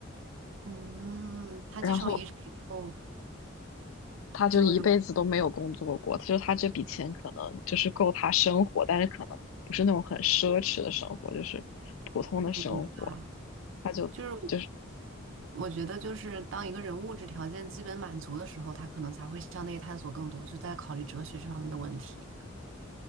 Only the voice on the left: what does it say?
然后他就一辈子都没有工作过，
就是他这笔钱可能就是够他生活，但是可能不是那种很奢侈的生活，就是普通的生活。
他就就是。